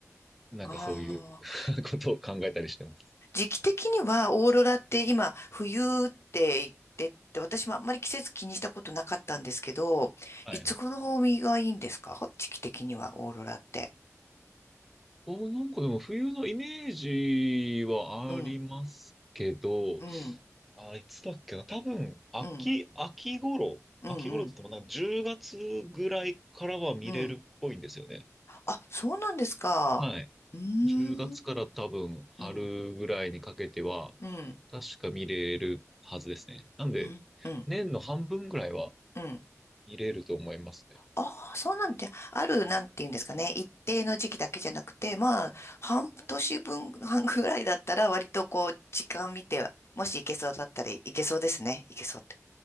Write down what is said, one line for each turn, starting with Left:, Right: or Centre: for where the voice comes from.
Centre: なんかそういう
Left: ああ。
Centre: <laughs> ことを考えたりしてます。
Left: 時期的には、オーロラって今、冬って言ってって、私もあんまり季節気にしたことなかったんですけど、
Centre: はいはい。
Left: いつ頃がいいんですか時期的には、オーロラって。
Centre: お、なんかでも冬のイメージはありますけど、
Left: うん、うん、
Centre: あ、いつだっけな。多分、秋、
Left: うん、
Centre: 秋頃、
Left: うん、
Centre: 秋頃って言ってもなんか10月ぐらいからは見れるっぽいんですよね。
Left: うん。うんあ、そうなんですか。
Centre: はい。
Left: うー
Centre: 10月から多分春ぐらいにかけては、
Left: ん、うん、うん、
Centre: 確か見れるはずですね。なんで、
Left: うん、うん、
Centre: 年の半分ぐらいは
Left: うん。
Centre: 見れると思いますね。
Left: ああ、そうなんで、ある、なんていうんですかね。一定の時期だけじゃなくて、まあ、半年分、半ぐらいだったら、割とこう、時間見て、もし行けそうだったら行けそうですね。行けそうって。